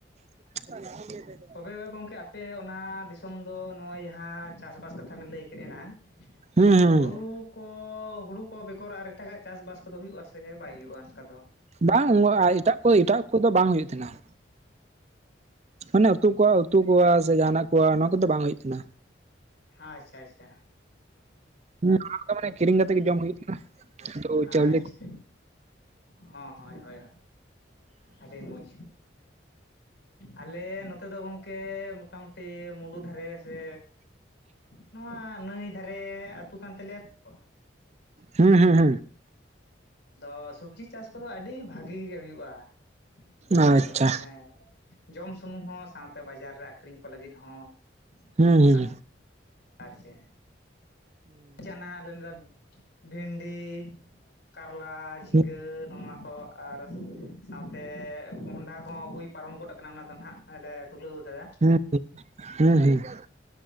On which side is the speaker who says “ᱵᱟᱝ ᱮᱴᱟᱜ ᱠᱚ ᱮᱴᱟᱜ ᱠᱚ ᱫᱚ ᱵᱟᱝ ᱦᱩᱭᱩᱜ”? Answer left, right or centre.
Right